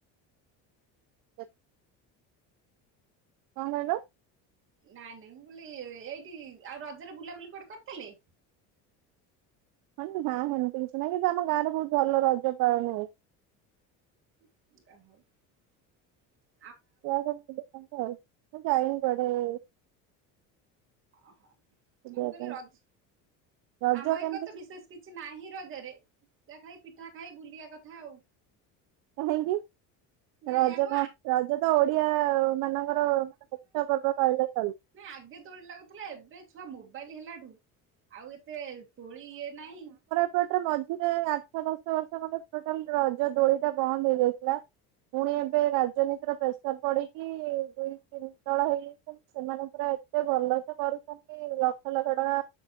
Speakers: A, on the right (about 60°); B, on the right (about 35°).
A: <unintelligible> କଣ କହିଲ?
B: ନାଇଁ ନାଇଁ ମୁଁ କହିଲି ଏଇଠି ଆଉ ରଜରେ ବୁଲାବୁଲି କୁଆଡେ କରିଥିଲେ?
A: ଉଁ ହୁଁ ହୁଁ ଏମତି କିଛି ନାହିଁ ଏବେ ଆମ ଗାଁ ରେ ବହୁତ୍ ଭଲ ରଜ ପାଳନ ହୁଏ।
B: <unintelligible>
A: <unintelligible> ମୁଁ ଯାଇନି କୁଆଡେ଼?
B: ଅହ ମୁଁ
A: ବୁଲିବା
B: କହିଲି
A: ପାଇଁ
B: ରଜ
A: ରଜ
B: ଆମ
A: କେମିତି
B: ଏକଡ଼େ ତ ବିଶେଷ କିଛି ନାହିଁ ରଜରେ ଯାହା ଖାଇ ପିଠା ଖାଇ ବୁଲିବା କଥା ଆଉ।
A: କାହିଁକି
B: ନାଇଁ
A: ରଜ
B: ଆମ
A: କଁ ରଜ ତ ଓଡିଆ ସେମାନଙ୍କର ମାନେ ମୁଖ୍ୟ ପର୍ବ କହିଲେ ଚଲୁଛି।
B: ନାଇ ଆଗେ ଦୋଳି ଲାଗୁଥିଲା। ଏବେ ଛୁଆ ମୋବାଇଲ ହେଲାଠୁ ଆଉ ଏତେ ଦୋଳି ଇଏ ନାହିଁ।
A: ଏପଟ ରେ ମଝିରେ ଆଠ ଦଶ ବର୍ଷ ଖଣ୍ଡେ ଟୋଟାଲ ରଜ ଦୋଳି ଟା ବନ୍ଦ ହେଇଯାଇଥିଲା। ପୁଣି ଏବେ ରାଜନୀତିର ପ୍ରେସର ପଡିକି ଦୁଇ ତିନି ଦଳ ହେଇ ସେମାନେ ପୁରା ଏତେ ଭଲ ସେ କରୁଛନ୍ତି ଲକ୍ଷ ଲକ୍ଷ ଟଙ୍କା